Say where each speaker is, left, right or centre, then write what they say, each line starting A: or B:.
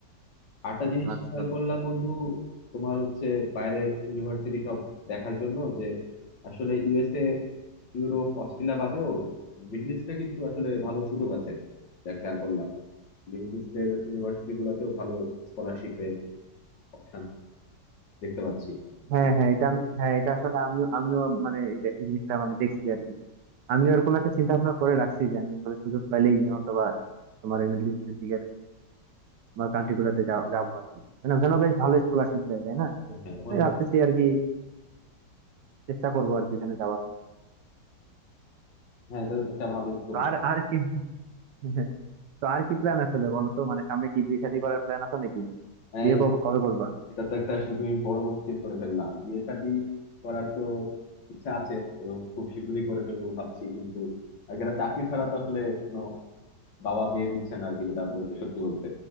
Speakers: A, on the left; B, on the right.
A: আরেকটা জিনিস
B: আচ্ছা
A: খেয়াল
B: আচ্ছা
A: করলাম বন্ধু তোমার হচ্ছে বাইরের ইউনিভার্সিটি সব দেখার জন্য যে আসলে ইউএসএ ইউরোপ অস্ট্রেলিয়া বাদেও মিডল ইস্টে কিন্তু আসলে ভালো সুযোগ আছে যা খেয়াল করলাম মিডল ইস্টের ইউনিভার্সিটি গুলোতেও ভালো স্কলারশিপের অপশন দেখতে পাচ্ছি
B: হ্যাঁ
A: বা-
B: হ্যাঁ এটা আমি- হ্যাঁ এটা আসলে আমিও আমিও মানে এটা- এই জিনিসটা মানে দেখছি আর কি আমিও এরকম একটা চিন্তা ভাবনা করে রাখছি যে আমি আসলে সুযোগ পাইলেই হয়তো বা তোমার এই মিডল ইস্টের দিকের বা কান্ট্রি গুলোতে যাও- যাবো আর কি মানে ওখানেও বেশ ভালো স্কলারশিপ দেয় তাই না
A: হ্যাঁ ওখানেও
B: তাই ভাবতেছি আর কি চেষ্টা করবো আর কি ওখানে যাওয়ার
A: হ্যাঁ এটা তো একটা ভালো স্কোপ
B: তো
A: এটা
B: আর আর কি <laughs> তো আর কি প্ল্যান আসলে বলো তো মানে সামনে কি বিয়ে শাদী করার প্ল্যান আছে নাকি
A: হ্যাঁ
B: বিয়ে
A: এটা
B: কবে কবে করবা
A: এটা তো একটা আসলে তুমি বড় কোশ্চেন করে ফেললা বিয়ে শাদী করার তো ইচ্ছা আছে এবং খুব শীঘ্রই করে ফেলবো ভাবছি কিন্তু আর একটা চাকরি ছাড়া তো আসলে কোনো বাবা মেয়ে দিচ্ছে না আর কি যেটা বলতে সত্যি বলতে